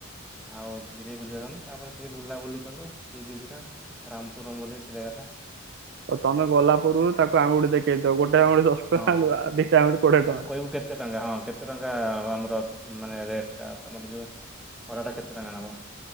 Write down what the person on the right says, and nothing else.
ଆଉ ତମେ ଗଲା ପୂର୍ବରୁ ତାକୁ ଆଙ୍ଗୁଠି ଦେଖେଇଦିଅ ଗୋଟେ ଆଙ୍ଗୁଳି ଦଶ
ଟଙ୍କା ଆଉ ଦିଟା ଆଙ୍ଗୁଳି କୋଡିଏ
ଟଙ୍କା।